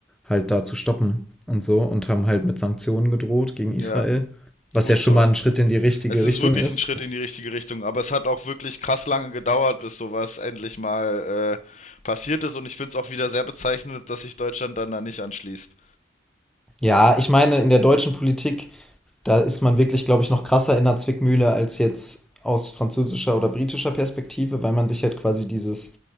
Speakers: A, in the centre; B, on the left (about 40°).
A: halt da zu stoppen und so und haben halt mit Sanktionen gedroht gegen
B: ja,
A: Israel, was
B: gut
A: ja schon
B: so.
A: mal ein Schritt in die richtige
B: Es ist
A: Richtung
B: wirklich
A: ist.
B: ein Schritt in die richtige Richtung, aber es hat auch wirklich krass lange gedauert, bis sowas endlich mal äh, passiert ist. Und ich finde es auch wieder sehr bezeichnend, dass sich Deutschland dann da nicht anschließt.
A: Ja, ich meine, in der deutschen Politik Da ist man wirklich, glaube ich, noch krasser in der Zwickmühle als jetzt aus französischer oder britischer Perspektive, weil man sich halt quasi dieses